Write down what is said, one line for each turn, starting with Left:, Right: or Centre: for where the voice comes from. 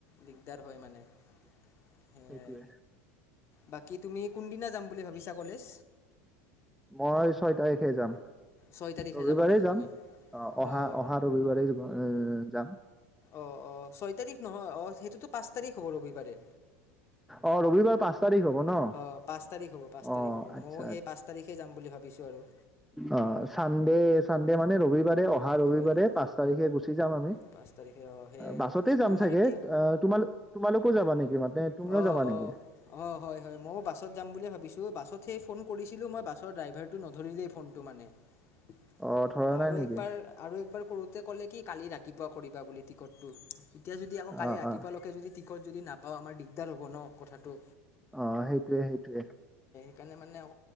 Left: দিগদাৰ হয় মানে। সেয়াই
Centre: এইটোৱে।
Left: বাকী তুমি কোনদিনা যাম বুলি ভাবিছা কলেজ?
Centre: মই ছয় তাৰিখে যাম।
Left: ছয় তাৰিখে
Centre: ৰবিবাৰে
Left: যাবা মানে
Centre: যাম
Left: তুমি
Centre: অহ অহা
Left: অঁ
Centre: -অহা ৰবিবাৰে যাম।
Left: অহ - অহ ছয় তাৰিখ নহয় অহ সেইটোতো পাঁচ তাৰিখ হ'ব ৰবিবাৰে।
Centre: অহ, ৰবিবাৰ পাঁচ তাৰিখ হব ন'?
Left: অহ, পাঁচ তাৰিখ হ'ব -পাঁচ
Centre: অ
Left: তাৰিখ হ'ব
Centre: আচ্ছা
Left: ময়ো সেই পাঁচ তাৰিখে যাম বুলি ভাবিছো আৰু।
Centre: অহ, চানডে -চানডে মানে ৰবিবাৰে অহা
Left: হয়
Centre: ৰবিবাৰে
Left: হয়
Centre: পাঁচ তাৰিখে গুচি যাম আমি।
Left: পাঁচ তাৰিখে অঁ সেয়াই
Centre: বাছতে
Left: আৰু
Centre: যাম
Left: তোমাৰ
Centre: চাগে
Left: এতিয়া
Centre: আহ তোমালোক -তোমালোকো যাবা নেকি মানে তুমিও
Left: অহ
Centre: যাবা
Left: -
Centre: নেকি
Left: অহ - অহ, হয় -হয় ময়ো বাছত যাম বুলি ভাবিছো বাছত সেই ফোন কৰিছিলো মই বাছৰ ড্ৰাইভাৰটো নধৰিলে ফোনটো মানে। <inaudible>
Centre: অ ধৰা
Left: আৰু
Centre: নাই নেকি
Left: একবাৰ -আৰু একবাৰ কৰোতে ক'লে কি কালি ৰাত তিপুৱা কৰিবা বুলি টিকটটো এতিয়া যদি আকৌ কালি
Centre: অ
Left: ৰাতিপুৱালৈকে
Centre: অ
Left: যদি টি টিকট যদি নাপাওঁ আমাৰ দিগদাৰ হ'ব ন' কথাটো।
Centre: অহ, সেইটোৱে -সেইটোৱে।
Left: সেকানে মানে আও